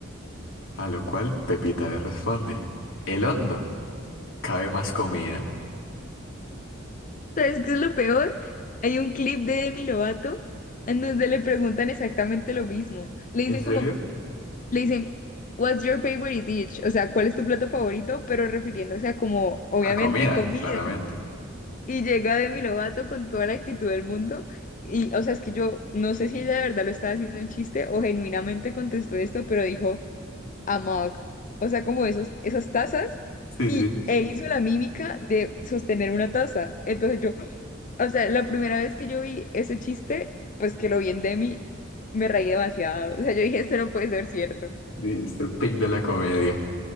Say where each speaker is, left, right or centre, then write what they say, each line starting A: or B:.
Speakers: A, on the left (about 80°); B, on the left (about 40°).
A: A lo cual Pepita le responde, el hondo. ¿Cabe más comida?
B: ¿Sabes qué es lo peor? Hay un clip de Demi Lovato en donde le preguntan exactamente lo mismo. Le
A: ¿En
B: dicen
A: serio?
B: como, Le dicen, What's your favorite dish? O sea, ¿cuál es tu plato favorito? Pero refiriéndose a como, obviamente,
A: A comida,
B: comida.
A: claramente.
B: Y llega Demi Lovato con toda la actitud del mundo. Y, o sea, es que yo no sé si ella de verdad lo estaba haciendo un chiste o genuinamente contestó esto, pero dijo, a mug. O sea, como esos, esas tazas.
A: Sí,
B: Y
A: sí.
B: e hizo la mímica de sostener una taza. Entonces yo, o sea, la primera vez que yo vi ese chiste, pues que lo vi en Demi, me reí demasiado. O sea, yo dije, esto no puede ser cierto.
A: Mr. Pig de la comedia.